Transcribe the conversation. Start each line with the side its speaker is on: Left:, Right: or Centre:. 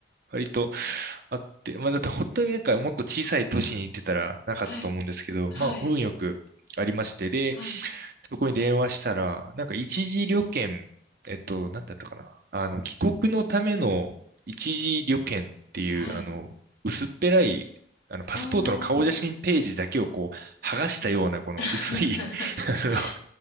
Right: 割とあって、まあだって本当になんかもっと小さい都市に行ってたらなかったと思うんですけど、
Left: はい、はい、
Right: まあ運よくありまして、で、
Left: はい。
Right: そこに電話したら、なんか一時旅券、えっと、なんだったかな。あの、帰国のための一時旅券っていう、
Left: はい。
Right: あの、薄っぺらい、あの、パスポートの顔写真ページだけをこう、
Left: ああ。
Right: 剥がしたような、この薄いあの
Left: <laughs>